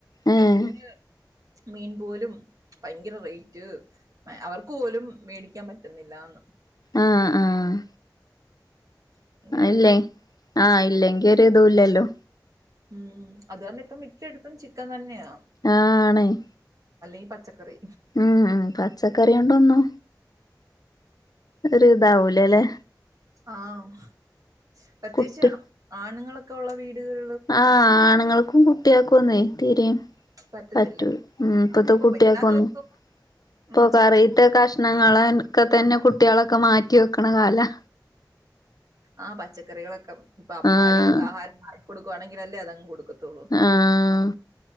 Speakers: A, on the left; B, on the right.
A: ഏഹ്
B: കുഞ്ഞ് മീൻ പോലും ഭയങ്കര റെയ്റ്റ് മേ അവർക്ക് പോലും മേടിക്കാൻ പറ്റുന്നില്ലാന്ന്
A: ആഹ് ആഹ്
B: ഉം ഭയങ്കര
A: അഎല്ലേ
B: വെല
A: ആയില്ലെങ്കി ഒരു തുല്ലല്ലോ
B: ഉം അതു കാരണം ഇപ്പം മിക്കയിടത്തും ചിക്കൻ തന്നെയാ
A: ആഹ് ആണേയ്
B: അല്ലെങ്കി പച്ചക്കറി
A: ഉം പച്ചക്കറിണ്ടൊന്നു ഒര് ഇത് ആവുലല്ലേ
B: ആഹ പ്രത്യേകിച്ച്
A: കുട്ടി
B: ആണുങ്ങളൊക്കെ ഒള്ള വീടുകൾ
A: ആഹ് ആണുങ്ങൾക്കും കുട്ടികൾക്കുമോനുവേ തീരിം
B: പറ്റത്തില്ല
A: പറ്റൂ ഉം ഇപ്പത്തെ
B: ഇപ്പൊ
A: കുട്ടിയക്കെന്നു
B: എല്ലാ ദിവസവും
A: പ്പൊ <inaudible> കറിത്തെ
B: ചിക്കൻ
A: കഷ്ണങ്ങക്കെ തന്നെ
B: ആഹ്
A: കുട്ടികളൊക്കെ മാറ്റി വെക്കണ കാല
B: ആഹ പച്ചക്കറികളൊക്കെ പ്പൊ അമ്മമാര്
A: ആഹ്
B: ആഹാരം കൊടുവാണെങ്കിൽല്ലേ അതങ് കൊടുക്കതൊള്ളൂ
A: ആാാ